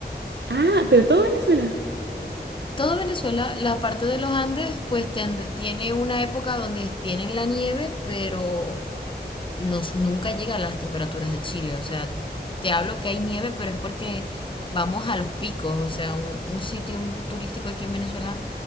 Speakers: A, on the right; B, on the left.
A: Ah, pero todo Venezuela.
B: Todo Venezuela, la parte de los Andes, pues ten- tiene una época donde tienen la nieve, pero nos, nunca llega a las temperaturas de Chile. O sea, te hablo que hay nieve, pero es porque vamos a los picos. O sea, un, un sitio turístico aquí en Venezuela